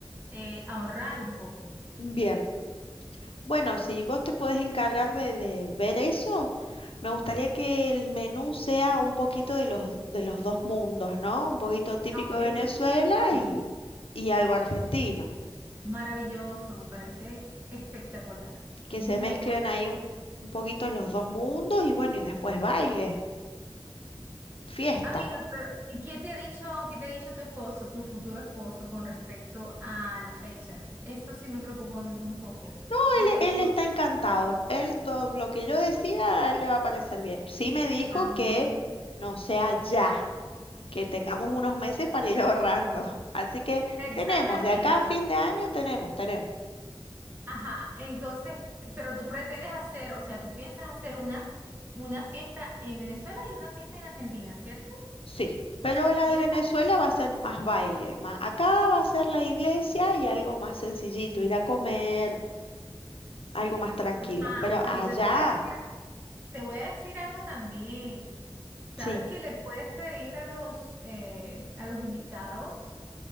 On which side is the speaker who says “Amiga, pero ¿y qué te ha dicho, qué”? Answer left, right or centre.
Right